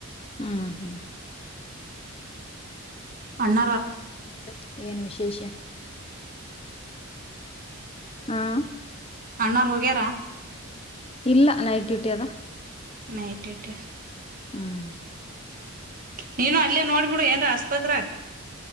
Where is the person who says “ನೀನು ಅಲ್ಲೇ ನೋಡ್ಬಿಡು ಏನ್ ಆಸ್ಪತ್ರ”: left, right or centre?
Right